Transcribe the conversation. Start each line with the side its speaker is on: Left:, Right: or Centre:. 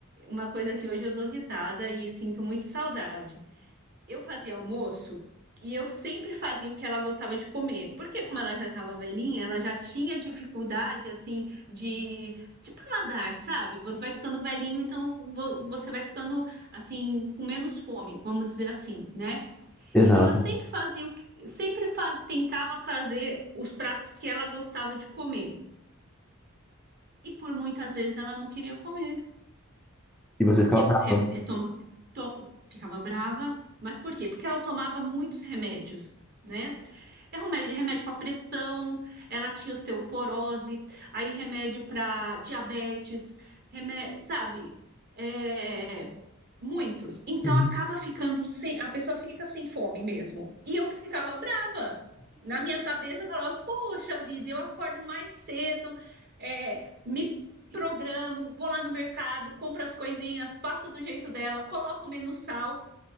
Right: uma coisa que hoje eu dou risada e sinto muito saudade eu fazia almoço e eu sempre fazia o que ela gostava de comer. Porque como ela já estava velhinha, ela já tinha dificuldade assim de, de paladar, sabe? Você vai ficando velhinho, então vo- você vai ficando assim com menos fome, vamos dizer assim, né?
Centre: Exato.
Right: Então eu sempre fazia o que, sempre fa- tentava fazer os pratos que ela gostava de comer. E por muitas vezes ela não queria comer.
Centre: E você
Right: Porque
Centre: ficava brava.
Right: os rem... eh, tom- tom- ficava brava, mas por quê? Porque ela tomava muitos remédios, né? É remédio, remédio para pressão, ela tinha osteoporose, aí remédio para diabetes, remédio, sabe? É, Muitos. Então
Centre: Uhum.
Right: acaba ficando sem, a pessoa fica sem fome mesmo. E eu ficava brava. Na minha cabeça eu falava, poxa vida, eu acordo mais cedo, é, me programo, vou lá no mercado, compro as coisinhas, faço do jeito dela, coloco menos sal.